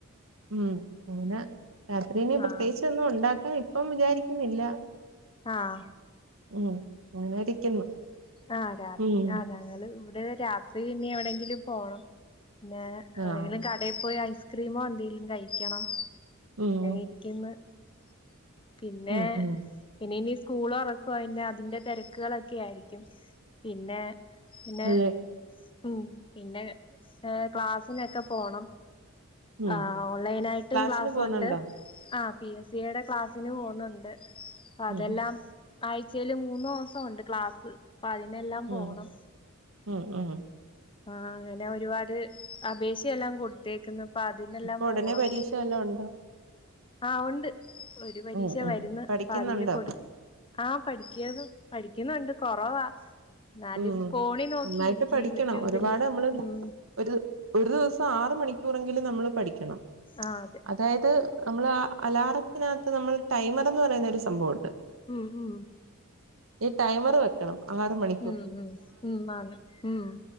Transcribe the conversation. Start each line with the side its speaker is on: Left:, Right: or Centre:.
Right: ഉം അങ്ങനെ രാത്രി ഇനി
Left: ആഹ്
Right: പ്രത്യേകിച്ച് ഒന്നും ഉണ്ടാക്കാ ഇപ്പം വിചാരിക്കുന്നില്ല
Left: ആഹാ
Right: ഉം അങ്ങനെ ഇരിക്കുന്നു
Left: ആഹ് രാ
Right: ഉം
Left: ആ ഞങ്ങള് ഇവിടെ രാത്രി ഇനി എവിടെങ്കിലും പോണം പിന്നെ എവിടെങ്കിലും
Right: ആഹ്
Left: കടയിൽ പോയി ഐസ്ക്രീമോ എന്തെങ്കിലും കഴിക്കണം
Right: ഉം
Left: അങ്ങി ക്കിന്ന് പിന്നെ
Right: ഉം ഉം
Left: പിന്നെ ഇനി സ്കൂള് തുറക്കുവാ അയിന്റെ അതിന്റെ തിരക്കുകളൊക്കെ ആയിരിക്കും പിന്നെ പിന്നെ
Right: അതെ
Left: ഉം പിന്നെ ഏ ക്ലാസ്സിനൊക്കെ പോണം
Right: ഉം
Left: ആഹാ ഓൺലൈനായിട്ടു
Right: ക്ലാസ്സിന്
Left: ക്ലാസ്സുണ്ട്
Right: പോകുന്നുണ്ടോ
Left: ആഹ് പി എസ് സിയുടെ ക്ലാസിന് പോന്നുണ്ട് അതെല്ലാം
Right: ഉം
Left: ആഴ്ച്ചേല് മൂന്നോ സോ ഉണ്ട് ക്ലാസ് അപ്പൊ അതിനെല്ലാം പോണം
Right: ഉം ഉം ഉം
Left: ആഹാ അങ്ങനെ ഒരുപാട് അപേക്ഷയെല്ലാം കൊടുത്തേക്കുന്ന് അപ്പൊ അതിനെല്ലാം
Right: ഇപ്പൊ
Left: പോണം.
Right: ഉടനെ പരീക്ഷ വല്ലോം ഉണ്ടോ
Left: ആഹ് ഉണ്ട്. ഒരു പരീക്ഷ
Right: ഉം ഉം
Left: വര്ന്ന്.
Right: പഠിക്കുന്നുണ്ടോ
Left: അപ്പൊ അതിന് കൊടു ആഹ് പഠിക്കാരുന്നു, പഠിക്കുന്നുണ്ട്, കൊറവാ. എന്നാലും
Right: ഉം
Left: ഫോണിൽ നോക്കിയിരിക്കും
Right: നന്നായിട്ട് പഠിക്കണം
Left: യൂട്യൂബില്.
Right: ഒരുപാട് നമ്മള്
Left: ഉം.
Right: ഒരു ഒരു ദിവസം ആറ് മണിക്കൂറെങ്കിലും നമ്മള് പഠിക്കണം.
Left: ആഹ് അതെ.
Right: അതായത് നമ്മള് ആഹ് അലാറത്തിനാത്ത് നമ്മളൊരു ടൈമറ്ന്ന് പറയുന്ന ഒരു സംഭവണ്ട്.
Left: ഉം ഉം.
Right: ഈ ടൈമർ വെക്കണം ആറ് മണി
Left: ഉം ഉം ഉം ആന്ന്. ഉം.